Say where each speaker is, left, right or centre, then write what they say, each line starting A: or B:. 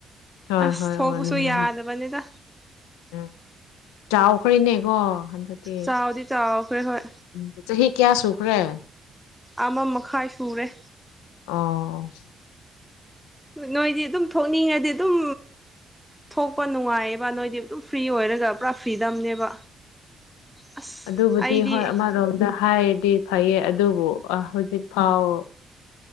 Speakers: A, on the left; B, in the centre.
A: ꯍꯣꯏ
B: ꯑꯁ
A: ꯍꯣꯏ
B: ꯊꯣꯛꯄꯁꯨ
A: ꯋꯥꯔꯝꯒꯅꯤ
B: ꯌꯥꯗꯕꯅꯤꯗ
A: ꯎꯝ ꯆꯥꯎꯈꯦꯅꯦꯀꯣ ꯍꯟꯗꯛꯇꯤ
B: ꯆꯥꯎꯗꯤ ꯆꯥꯎꯈ꯭ꯔꯦ ꯍꯣꯏ
A: ꯎ ꯆꯍꯤꯍꯤ ꯀꯌꯥ ꯁꯨꯈ꯭ꯔꯦ
B: ꯑꯃ ꯃꯈꯥꯏ ꯁꯨꯔꯦ
A: ꯑꯣ
B: ꯅꯣꯏꯗꯤ ꯑꯗꯨꯝ ꯊꯣꯛꯅꯤꯡꯉꯗꯤ ꯑꯗꯨꯝ
A: ꯏ
B: ꯊꯣꯛꯄ ꯅꯨꯡꯉꯥꯏꯌꯦꯕ ꯅꯣꯏꯗꯤ ꯑꯗꯨꯝ ꯐ꯭ꯔꯤ ꯑꯣꯏꯔꯒ ꯄꯨꯔꯥ ꯐ꯭ꯔꯤꯗꯝꯅꯦꯕ ꯑꯁ
A: ꯑꯗꯨꯕꯨꯗꯤ
B: ꯑꯩꯗꯤ
A: ꯍꯣꯏ ꯑꯃꯔꯣꯝꯗ ꯍꯥꯏꯔꯗꯤ ꯐꯩꯌꯦ ꯑꯗꯨꯕꯨ ꯍꯧꯖꯤꯛ ꯐꯥꯎ